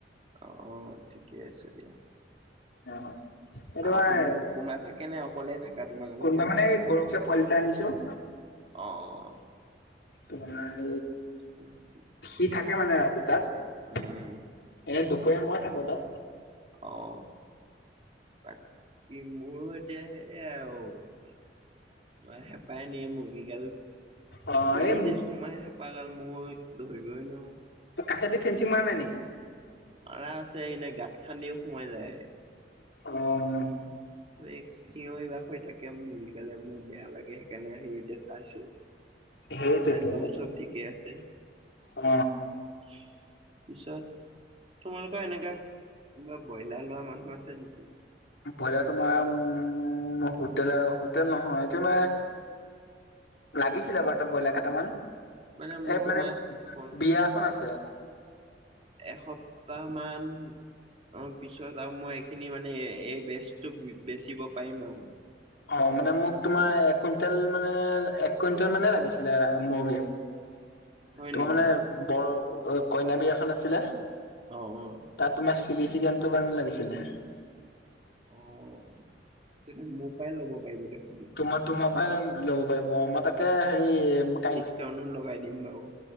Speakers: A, on the right; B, on the left.
A: অ', অ', ঠিকে আছে দিয়া।
B: <inaudible> এ,
A: আৰু
B: তোমাৰ
A: কোন কোনোবা থাকে নে অকলে থাকা তোমালোকৰ
B: কোনোবা মানে গৰখীয়া পোৱালি এটা আনিছোঁ।
A: অ', অ', অ'।
B: তোমাৰ
A: ঠিকে আছে
B: সি থাকে মানে ৰাতি তাত।
A: উম।
B: এনে দুপৰীয়া মই থাকোঁ তাত।
A: অ', বাকী মোৰ এতিয়া সেইয়া আৰু হেপাই নিয়ে মুৰ্গীগাল।
B: অ
A: কেনি
B: এই
A: যে সোমাই হেপাগাল মই ধৰিবই নোৱাৰো।
B: কাষেদি ফেঞ্চিং মাৰা নাই নেকি?
A: ম়াৰা আছে এনেই গাঁত খান্দিও সোমাই যায়।
B: অ'।
A: চিঞৰি বাখৰি হৈ থাকে মুৰ্গিগালে, মোৰ বেয়া লাগে সেইকাৰণে আহি চাইছোঁ,
B: সেইটোৱেতো
A: নাই বাৰু চব ঠিকে আছে।
B: অ
A: পিছত তোমালোক এনেকা কিবা ব্ৰইলাৰ লোৱা মানুহ আছে নেকি?
B: বইলাৰ তোমাৰ উম, হোটেলৰ, হোটেল নহয় তোমাৰ লাগিছিলে বাৰু ত' ব্ৰইলাৰ কেইটামান
A: মানে মোৰ
B: এই মানে
A: তোমাৰ শুনা
B: বিয়া এখন আছে।
A: এসপ্তাহ মান অ', পিছত আৰু মই এইখিনি মানে এই বেচটো বেচিব পাৰিম আৰু।
B: অ', মানে মোক তোমাৰ এক কুইণ্টেল মানে এক কুইণ্টেল মানে লাগিছিলে মূৰ্গী।
A: <inaudible>
B: তোমাৰ
A: নেকি?
B: মানে বৰ কইনা বিয়া এখন আছিলে।
A: অ', অ'।
B: তাত তোমাৰ চিলি চিকেনটোৰ কাৰণে লাগিছিলে।
A: অ', তেনে মোৰ পৰাই ল'ব পাৰিব দেখোঁন।
B: তোমাৰ, তোমাৰ পৰাই ল'ব পাৰিব মই তাকে হেৰি কাই
A: কিয়নো লগাই দিম বাৰু।